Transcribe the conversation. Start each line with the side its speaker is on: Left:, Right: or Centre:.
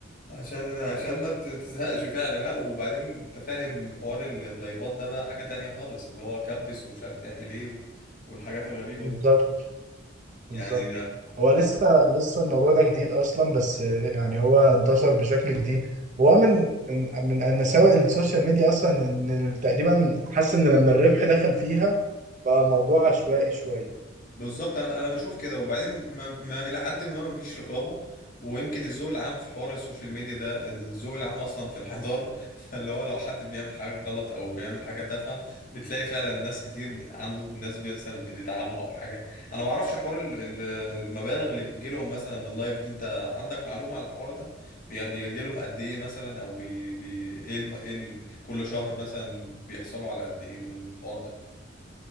Left: عشان عشان ما ت- تزهقش فعلا لا وبعدين انت فاهم حوار ال- اللايفات ده بقى حاجة تانية خالص اللي هو كبس ومش عارف يعمل ايه و- والحاجات الغريبة
Right: بالظبط
Left: دي
Right: بالظبط
Left: يعني
Right: هو لسه لسه الموضوع ده جديد اصلا بس يعني هو انتشر بشكل جديد وهو من من من مساوئ السوشيال ميديا اصلا ان ال- تقريبا حاسس ان لما الربح دخل فيها بقى الموضوع عشوائي شويه
Left: بالظبط انا انا بشوف كده وبعدين ما ما الى حد ما ما فيش رقابه ويمكن الذوق العام في حوار السوشيال ميديا ده الذوق العام اصلا في انحدار <laughs> فاللي هو لو حد بيعمل حاجه غلط او بيعمل حاجه تافهه بتلاقي فعلا ناس كتير بت- عنده وناس مثلا بتدعمه او حاجه انا ما اعرفش حوار ال- ال- المبالغ اللي بتجيلهم مثلا من اللايف دي انت عندك معلومه على الحوار ده بي- بيجيلهم قد ايه مثلا او بي بي ايه الم... ايه ال... كل شهر مثلا بيحصلوا على قد ايه من الحوار ده